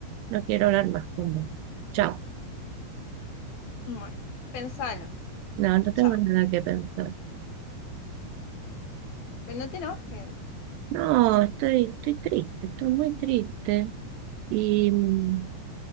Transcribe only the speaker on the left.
bueno, pensalo.
Chao.
Pero no te enojes.